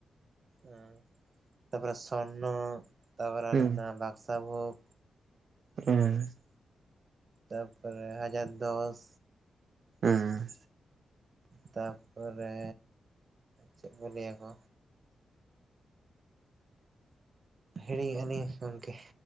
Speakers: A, on the right; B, on the right.
A: ᱮᱸ ᱛᱟᱨᱯᱚᱨᱮ ᱥᱚᱨᱱᱚ ᱛᱟᱨᱯᱚᱨᱮ ᱟᱨᱚ
B: ᱦᱩᱸ
A: ᱢᱮᱱᱟᱜ-ᱟ ᱵᱟᱠᱥᱟ ᱵᱩᱠ᱾
B: <inaudible>
A: ᱛᱟᱯᱚᱨᱮ ᱦᱟᱡᱟᱨ ᱫᱚᱥ᱾
B: ᱩᱸᱻ᱾
A: ᱛᱟᱨᱯᱚᱨᱮ ᱪᱮᱜ ᱠᱚ ᱞᱟᱹᱭᱟ ᱠᱚᱼᱼ ᱦᱤᱲᱤ ᱟᱹᱞᱤᱧ ᱜᱚᱝᱠᱮ